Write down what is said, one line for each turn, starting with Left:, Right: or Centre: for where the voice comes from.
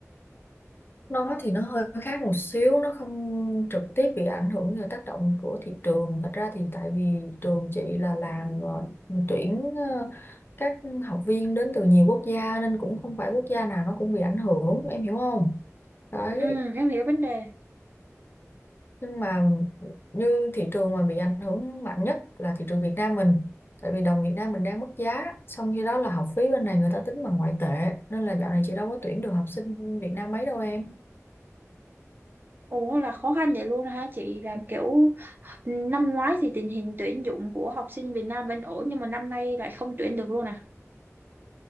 Left: nó thì nó hơi khác một xíu nó không trực tiếp bị ảnh hưởng do tác động của thị trường thật ra thì tại vì trường chị là làm rồi tuyển ờ, các học viên đến từ nhiều quốc gia nên cũng không phải quốc gia nào nó cũng bị ảnh hưởng em hiểu không đấy
Right: Ừ, em hiểu vấn đề.
Left: nhưng mà như thị trường mà bị ảnh hưởng mạnh nhất là thị trường Việt Nam mình tại vì đồng Việt Nam mình đang mất giá xong khi đó là học phí bên này người ta tính bằng ngoại tệ nên là dạo này chị đâu có tuyển được học sinh Việt Nam mấy đâu em
Right: Ủa là khó khăn vậy luôn hả chị? Là kiểu ừ, năm ngoái thì tình hình tuyển dụng của học sinh Việt Nam vẫn ổn nhưng mà năm nay lại không tuyển được luôn à?